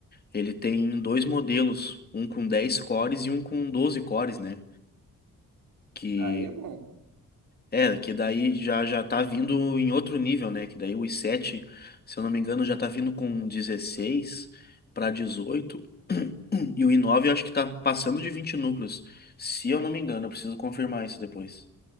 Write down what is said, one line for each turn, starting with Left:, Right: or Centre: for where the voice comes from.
Left: ele tem dois modelos, um com 10 cores e um com 12 cores, né? que
Right: Aí é bom.
Left: É, que daí já já tá vindo em outro nível, né? Que daí o i7, se eu não me engano, já tá vindo com 16 para dezoito <clears throat> E o i9 eu acho que tá passando de 20 núcleos. Se eu não me engano, eu preciso confirmar isso depois.